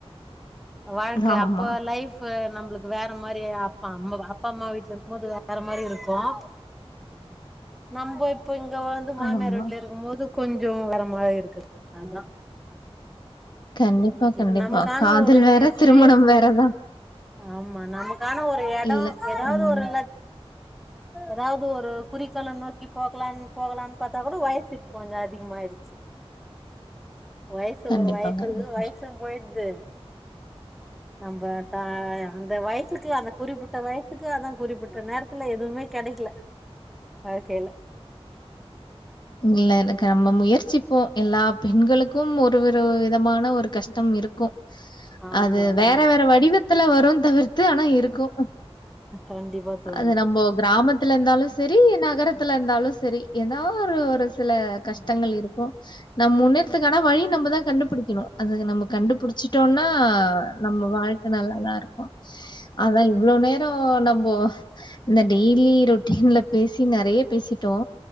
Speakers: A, in the centre; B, on the left.
A: வாழ்க்க
B: ஆமா.
A: அப்ப லைஃப் இப்ப நம்பளுக்கு வேற மாரி அப்ப அம் அப்பா அம்மா வீட்ல இருக்கமோது வேற மாரி இருக்கும் நம்போ இப்ப இங்க வந்து மாமியார்
B: ஆமா.
A: வீட்ல இருக்கமோது கொஞ்சோ வேற மாரி இருக்குது அதா
B: கண்டிப்பா,
A: இப்ப
B: கண்டிப்பா.
A: நமக்கான
B: காதல்
A: ஒரு
B: வேற,
A: ஃபேஸு
B: திருமணம் வேற தான்.
A: ஆமா நமக்கான ஒரு எடம்
B: இல்ல.
A: எதாவது
B: ம்.
A: ஒரு ல எதாவது ஒரு குறிக்கோள நோக்கி போகலான் போகலான் பாத்தா கூட வயசு கொஞ்சோ அதிகமாயிடு ச்சி வயசு
B: கண்டிப்பா,
A: ஒரு வயசு
B: கண்டிப்பா.
A: வயசும் போய்டுது நம்ப தாயா அந்த வயசுக்கு அந்த குறிப்பிட்ட வயசுக்கு அதா குறிப்பிட்ட நேரத்துல எதுவுமே கெடைக்கில வாழ்க்கைல
B: இல்ல எனக்கு நம்ம முயற்சிப்போம் எல்லா பெண்களுக்கும் ஒரு ஒரு விதமான ஒரு கஷ்டம் இருக்கும்
A: ஆமா
B: அது வேற
A: ஆமா
B: வேற வடிவத்துல வரும் தவிர்த்து ஆனா இருக்கும்
A: கண்டிப்பா தோழி
B: அது நம்போ கிராமத்துல இருந்தாலு செரி நகரத்துல இருந்தாலு செரி ஏனா ஒரு ஒரு சில கஷ்டங்கள் இருக்கும் நம் முன்னேறத்துக்கான வழி நம்பதா கண்டுபுடிக்கினு அது நம்ம கண்டுபுடிச்சிட்டோன்னா நம்ம வாழ் நல்லாதா இருக்கும் அதா இவ்ளோ நேரோ நம்போ இந்த டெய்லி ரொட்டீன்ல பேசி நறையா பேசிட்டோ